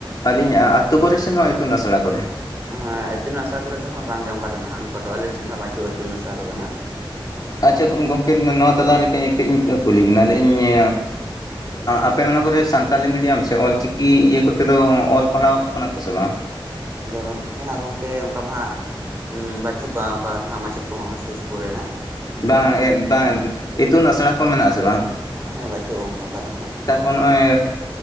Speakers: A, on the left (about 45°); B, on the right (about 25°).
A: ᱟᱹᱞᱤᱧᱟᱜ ᱟᱹᱛᱩᱳ ᱠᱚᱨᱮ ᱥᱮ ᱱᱚᱣᱟ ᱤᱛᱩᱱ ᱟᱥᱲᱟ ᱠᱚᱨᱮ
B: ᱦᱮᱸ ᱤᱛᱩᱱ ᱟᱥᱲᱟ ᱠᱚᱨᱮ ᱫᱚ ᱦᱟᱸᱜ ᱵᱟᱝᱜᱮ ᱚᱱᱠᱟ ᱫᱚᱱᱟᱜ ᱚᱱᱠᱟ ᱫᱚ ᱟᱞᱮ ᱥᱮᱱ ᱫᱚ ᱵᱟᱹᱪᱩᱜᱼᱟ ᱤᱛᱩᱱ ᱟᱥᱲᱟ ᱠᱚᱫᱚ ᱦᱜ
A: ᱟᱪᱪᱷᱟ ᱜᱚᱝᱠᱮ ᱱᱚᱣᱟ ᱛᱟᱞᱟᱨᱮ ᱠᱟᱹᱡ ᱠᱟᱹᱡᱧ ᱠᱩᱞᱤ ᱵᱮᱱᱟ ᱞᱟᱹᱧᱤᱧ ᱟᱯᱮ ᱚᱱᱟ ᱠᱚᱨᱮ ᱥᱟᱱᱛᱟᱞᱤ ᱢᱤᱰᱤᱭᱟᱢ ᱥᱮ ᱚᱞ ᱪᱤᱠᱤ ᱤᱭᱟᱹ ᱠᱚᱛᱮ ᱫᱚ ᱚᱞ ᱯᱟᱲᱦᱟᱣ ᱠᱟᱱᱟ ᱠᱚ ᱥᱮ ᱵᱟᱝ
B: ᱟᱫᱚ ᱱᱮ ᱫᱚ ᱦᱟᱸᱜ ᱜᱚᱢᱠᱮ ᱚᱱᱠᱟ ᱢᱟ ᱦᱟᱸᱜ ᱦᱩ ᱵᱟᱪᱩᱜ ᱠᱚᱭᱟ ᱚᱱᱠᱟ ᱫᱚ ᱱᱟᱦᱟᱜ ᱢᱟᱪᱮᱫ ᱠᱚᱦᱚᱸ ᱥᱩᱨ ᱥᱩᱯᱩᱨ ᱨᱮᱱᱟᱜ
A: ᱵᱟᱝ ᱵᱟᱝ ᱤᱛᱩᱱ ᱟᱥᱲᱟ ᱠᱚ ᱢᱮᱱᱟᱜ ᱟᱥᱮ ᱵᱟᱝ
B: ᱦᱮᱸ ᱵᱟᱪᱩᱜᱼᱟ ᱜᱚᱝᱠᱮ ᱚᱱᱠᱟ ᱫᱚ ᱱᱟᱦᱟᱜ
A: ᱛᱟᱯᱚᱨ ᱱᱚᱜᱼᱚᱭ